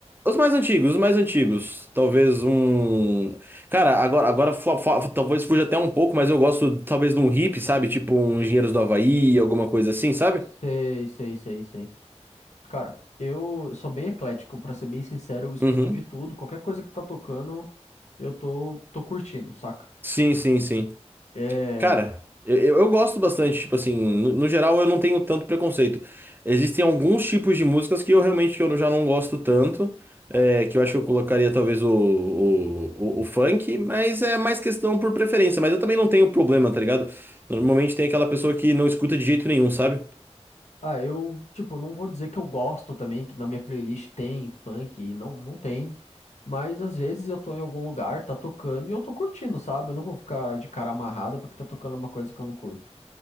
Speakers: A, on the right; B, on the left.
A: Os mais antigos, os mais antigos. Talvez um. Cara, agora, agora fu- fu- talvez fuja até um pouco, mas eu gosto talvez de um hip, sabe? Tipo um Engenheiros do Havaí, alguma coisa assim, sabe?
B: Sei, sei, sei, sei. Cara, eu sou bem eclético, pra ser bem sincero, eu escuto
A: Uhum.
B: de tudo, qualquer coisa que tá tocando, eu tô, tô curtindo, saca?
A: Sim, sim, sim.
B: É...
A: Cara, eu, eu gosto bastante, tipo assim, no, no geral eu não tenho tanto preconceito. Existem alguns tipos de músicas que eu realmente que eu já não gosto tanto, é, que eu acho que eu colocaria talvez o, o, o, o funk, mas é mais questão por preferência. Mas eu também não tenho problema, tá ligado? Normalmente tem aquela pessoa que não escuta de jeito nenhum, sabe?
B: Ah, eu, tipo, não vou dizer que eu gosto também, que na minha playlist tem funk, não, não tem. Mas às vezes eu tô em algum lugar, tá tocando e eu tô curtindo, sabe? Eu não vou ficar de cara amarrada porque tá tocando uma coisa que eu não curto.